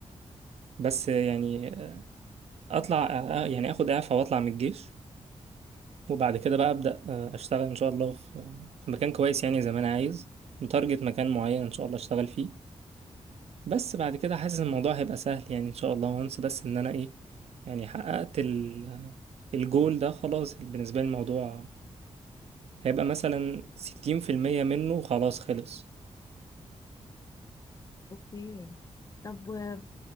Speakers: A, on the right; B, on the left.
A: بس يعني اطلع يعني اخد اعفاء واطلع من الجيش وبعد كده بقى ابدا آه، اشتغل ان شاء الله في في مكان كويس يعني زي ما انا عايز متارجت مكان معين ان شاء الله اشتغل فيه بس بعد كده حاسس الموضوع هيبقى سهل يعني ان شاء الله وانس بس ان انا ايه يعني حققت ال- الجول ده خلاص بالنسبه لي الموضوع هيبقى مثلا ستين في المية منه خلاص خلص
B: أوكي طب و-